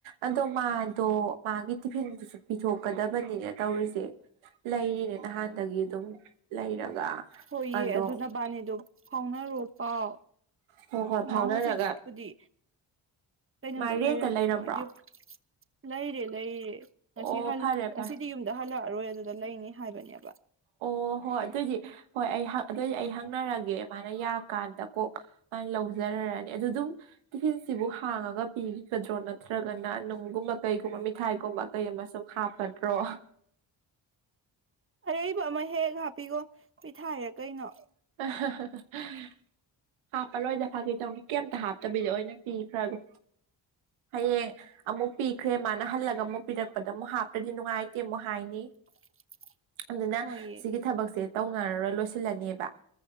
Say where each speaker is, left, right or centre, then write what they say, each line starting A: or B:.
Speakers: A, on the right; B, on the right.
A: ꯑꯗꯣ ꯃꯥꯗꯣ ꯃꯥꯒꯤ ꯇꯤꯐꯤꯟꯗꯨꯁꯨ ꯄꯤꯊꯣꯛꯀꯗꯕꯅꯤꯅꯦ ꯇꯧꯔꯤꯁꯦ ꯂꯩꯔꯤꯅꯦ ꯅꯍꯥꯟꯗꯒꯤ ꯑꯗꯨꯝ ꯂꯩꯔꯒ
B: ꯍꯣꯏꯌꯦ
A: ꯑꯗꯣ
B: ꯑꯗꯨ ꯅꯕꯥꯅꯤꯗꯨ ꯐꯥꯎꯅꯔꯣ ꯄꯥꯎ
A: ꯍꯣꯏ ꯍꯣꯏ
B: ꯃꯥ
A: ꯐꯥꯎꯅꯔꯒ
B: ꯍꯨꯖꯤꯛꯁꯄꯨꯗꯤ ꯀꯩꯅꯣꯗ
A: ꯃꯥ ꯔꯦꯟꯇ
B: ꯂꯩꯔꯝꯅꯤ
A: ꯂꯩꯔꯕ꯭ꯔꯣ
B: ꯃꯣꯏꯗꯤ ꯂꯩꯔꯦ-ꯂꯩꯔꯦ ꯉꯁꯤ
A: ꯑꯣ
B: ꯍꯜ
A: ꯐꯔꯦ
B: ꯉꯁꯤꯗꯤ
A: ꯐꯔꯦ
B: ꯌꯨꯝꯗ ꯍꯜꯂꯛꯑꯔꯣꯏ ꯑꯗꯨꯗ ꯂꯩꯅꯤ ꯍꯥꯏꯕꯅꯦꯕ
A: ꯑꯣ ꯍꯣꯏ ꯑꯗꯨꯏꯗꯤ ꯍꯣꯏ ꯑꯩ ꯍꯛ ꯑꯗꯨꯏꯗꯤ ꯑꯩ ꯍꯪꯅꯔꯒꯦ ꯃꯥꯅ ꯌꯥꯀꯥꯟꯗ ꯀꯣ ꯃꯥ ꯂꯧꯖꯔꯔꯅꯤ ꯑꯗꯨ ꯑꯗꯨꯝ ꯇꯤꯐꯤꯟꯁꯤꯕꯨ ꯍꯥꯡꯉꯒ ꯄꯤꯈꯤꯒꯗ꯭ꯔꯣ ꯅꯠꯇ꯭ꯔꯒꯅ ꯅꯨꯡꯒꯨꯝꯕ ꯀꯩꯒꯨꯝꯕ ꯃꯤꯊꯥꯏꯒꯨꯝꯕ ꯀꯩ ꯑꯃ ꯁꯨꯝ ꯍꯥꯞꯀꯗ꯭ꯔꯣ
B: ꯑꯔꯩꯕ ꯑꯃ ꯍꯦꯛ ꯍꯥꯞꯄꯤꯈꯣ ꯄꯤꯊꯥꯏꯔ ꯀꯩꯅꯣ
A: <unintelligible> ꯍꯥꯞꯄꯂꯣꯏꯗ ꯐꯥꯒꯤ ꯇꯧꯅꯤ ꯀꯩꯝꯇ ꯍꯥꯞꯇꯕꯤꯗꯣ ꯑꯣꯏꯅ ꯄꯤꯈ꯭ꯔꯒ‌ꯦ ꯍꯌꯦꯡ ꯑꯃꯨꯛ ꯄꯤꯈ꯭ꯔꯦ ꯃꯥꯅ ꯍꯜꯂꯒ ꯑꯃꯨꯛ ꯄꯤꯔꯛꯄꯗ ꯑꯃꯨꯛ ꯍꯥꯞꯄꯗꯤ ꯅꯨꯡꯉꯥꯏꯇꯦ ꯑꯃꯨꯛ ꯍꯥꯏꯅꯤ
B: <unintelligible>
A: ꯑꯗꯨꯅ
B: ꯍꯣꯏꯌꯦ
A: ꯁꯤꯒꯤ ꯊꯕꯛꯁꯦ ꯇꯧꯅꯔꯔꯣꯏ ꯂꯣꯏꯁꯤꯜꯂꯅꯦꯕ